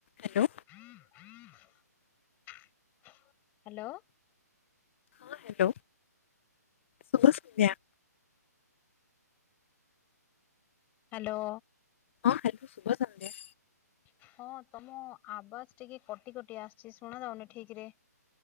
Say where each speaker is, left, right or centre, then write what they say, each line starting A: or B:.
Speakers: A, on the left; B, on the left.
A: Hello
B: <unintelligible> hello?
A: ହଁ ହାଲୋ ଶୁଭସନ୍ଧ୍ୟା।
B: ହାଲୋ?
A: ହଁ ହାଲୋ ଶୁଭସନ୍ଧ୍ୟା।
B: ହଁ ତମ ଆବାଜ ଟିକେ କଟି କଟି ଆସଚି ଶୁଣା ଯାଉନି ଠିକରେ।